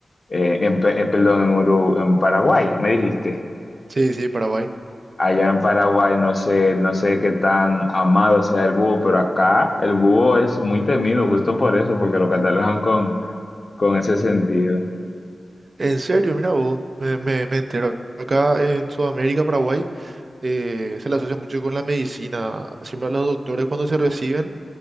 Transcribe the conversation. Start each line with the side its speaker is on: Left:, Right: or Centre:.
Left: eh, en, pe- eh, perdón, en Uru- en Paraguay, me dijiste.
Right: Sí, sí, Paraguay.
Left: Allá en Paraguay no sé, no sé qué tan amado sea el búho, pero acá el búho es muy temido, justo por eso, porque lo catalogan con, con ese sentido.
Right: En serio, mira vos, me, me, me entero. Acá en Sudamérica, Paraguay, eh, se le asocia mucho con la medicina. Siempre a los doctores cuando se reciben